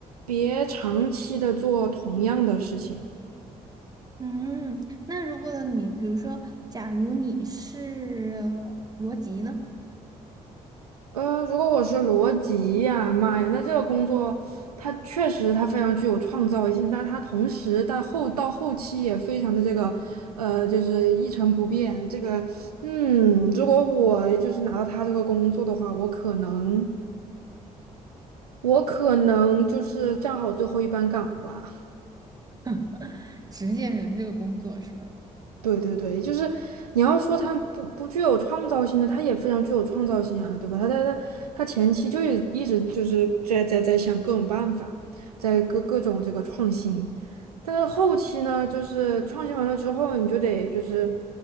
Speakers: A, on the right; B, on the right.
A: 别长期的做同样的事情。
B: 嗯，那如果你比如说，假如你是呃罗辑呢？
A: 呃，如果我是罗辑呀，妈呀，那这个工作它确实它非常具有创造性，但是它同时但后到后期也非常的这个，呃，就是一成不变。这个，嗯，如果我就是拿到他这个工作的话，我可能，我可能就是站好最后一班岗吧。
B: <laughs> 执剑人这个工作是吧？
A: 对对对，就是你要说他不不具有创造性的，他也非常具有创造性啊，对吧？他他他他前期就一一直就是在在在想各种办法，在各各种这个创新，但是后期呢，就是创新完了之后，你就得就是